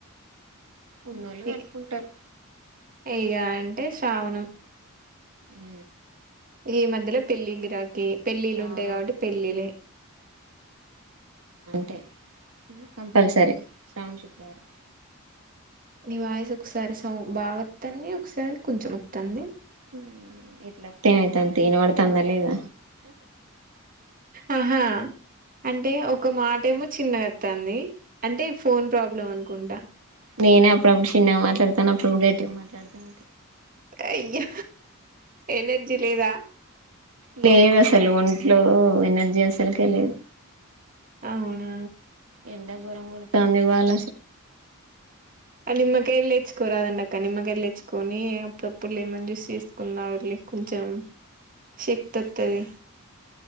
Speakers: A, on the right (about 80°); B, on the right (about 40°).
A: ఉన్నోళ్ళు
B: ఇ
A: కట్టుకుంటారు
B: ఇయిగాన్ అంటే శ్రావణం
A: ఉ
B: ఈ మధ్యలో పెళ్లిలా గిరాకి పెళ్లిళ్లుంటాయి
A: శ్రావణ
B: కాబట్టి పెళ్ళిల్లె
A: ఉంటే హు కంపల్సరీ శ్రావణ శుక్రవారం
B: నీవాయిస్ ఒకసారి సౌన్ బాగా అత్తంది ఒకసారి కొంచెం అత్తంది
A: హు ఎట్లొస్తే ఏమైతది వినవడుతంద లేదా
B: ఆహా అంటే ఒక మాట ఏమో చిన్న గా వతంది అంటే ఫోన్ ప్రాబ్లెమ్ అనుకుంటా
A: నేనే అప్పుడప్పుడు చిన్న మాట్లాడతానా అప్పుడుప్పుడు గట్టిగా మాట్లాడతానా
B: అయ్యో ఎనర్జి లేదా
A: లేదు అసలు ఒంట్లో ఎనర్జీ అసలుకే లేదు
B: అవునా
A: ఎండ గోరంగా కొడుతోంది ఇవాళ
B: నిమ్మకాయలు లేచ్చుకోరాదండి అక్క నిమ్మకాయ తేచ్చుకొని అప్పుడప్పుడు లెమన్ జ్యూస్ చేసుకొని తాగుల్లి కొంచెం శక్తి వత్తది